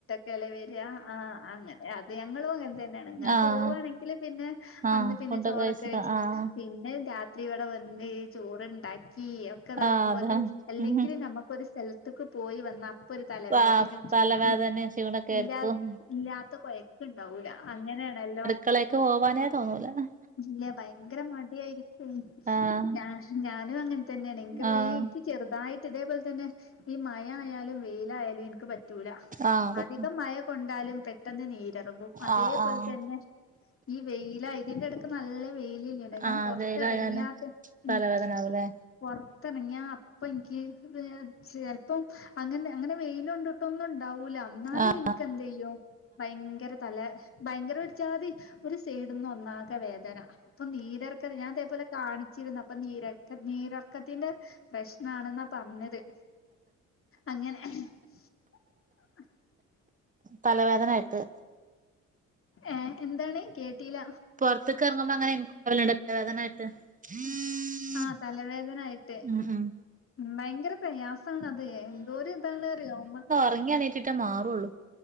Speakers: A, on the left; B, on the right.
A: കലെവര്യ ആ അങ്ങനെ അത് ഞങ്ങളും അങ്ങനെതന്നാണ് ഇങ്ങനെ
B: ആഹ്
A: പോവവാണെങ്കിൽ പിന്നെ
B: ആഹ്
A: അന്ന് പിന്നെ
B: ഫുഡൊക്കെ
A: ചോറൊക്കെ
B: കഴിച്ചിട്ടാ
A: വഴിച്ചി
B: ആഹ്
A: പിന്നെ രാത്രി ഇവിടെ വന്ന് ചോറണ്ടാക്കി കതകുമ്പത്തിന്
B: ആഹ് അതാ
A: അല്ലെങ്കിലും
B: ഉം
A: നമുക്കൊ ഒരു സ്ഥലത്തക്ക് പോയി വന്ന ഇപ്പ ഒരു തലവേദനയും
B: ആഹ്
A: ക്ഷീണോം
B: തലവേദനയും ക്ഷീണൊക്കെ
A: ഇല്ലാ
B: ആയിരിക്കും
A: ഇല്ലാത്ത കൊഴപ്പ് ഇണ്ടാവൂല അങ്ങനെയണല്ലോ
B: കളേക്ക് പോവാനേ തോന്നൂല ഹ്
A: ഇല്ല ഭയങ്കര മടിയായിരിക്കും
B: ആഹ്
A: ഞാഷ് ഞാനും അങ്ങനെ തന്നെയാണ് എനിക്ക് <unintelligible>
B: ആഹ്
A: ചെറുതായിട്ട് ഇതേപോൽ തന്നെ ഈ മഴ ആയാലും വെയിലായാലും <unintelligible> എന്ക്കും പറ്റൂല
B: ആഹ് പറ്റും
A: അധികം മഴ കൊണ്ടാലും പെട്ടെന്ന് നീരെറങ്ങും അതേപോൽ
B: ആഹ് ആഹ്
A: തന്നെ ഈ വെയില ഇതിന്റെ ഇടക്ക് നല്ല വെയിലല്ല ഇല്ല ഞാൻ
B: ആഹ്
A: പുറത്ത്
B: വെയിലായാലും
A: ഇറങ്ങിയാത ഉം
B: തലവേദന ആവൂലേ
A: പുറത്തിറങ്ങിയ അപ്പൊ എനിക്ക് ഈഹ് ചില്പ്പം അങ്ങനെ അങ്ങനെ വെയിലുണ്ട് ഇപ്പൊന്നും ഉണ്ടാവൂല എന്നാലും
B: ആഹ്
A: എനിക്ക് എന്ത ചെയ്യും ഭയങ്കര തല എഹ് ഭയങ്കര ഒരു ജാതി ഒരു സൈഡന്ന് ഒന്നാ ക്കവേദന അപ്പൊ നീരർക്ക ഞാൻ അതേപോലെ കാണിച്ചിരുന്നു അപ്പൊ നീരർക് നീരർക്കത്തിന്റെ ഹേ പ്രശ്നാണെന്നാ പറഞ്ഞത് ഹ് അങ്ങനെഹ് <inaudible>
B: തലവേദനായിട്ട്
A: ഏഹ് എന്താണ് കേട്ടീല
B: പുറത്തൊക്ക് ഇറങ്ങുമ്പോ അങ്ങനെ <unintelligible> തലവേദനായിട്ട്
A: ആഹ് തലവേദനായിട്ട്
B: ഉം ഉം
A: ഭയങ്കര പ്രയാസണത് എന്തോ ഒരു ഇതാണ് അറിയോ <unintelligible>
B: ഉറങ്ങി എണീറ്റിട്ടെ മാറുള്ളൂ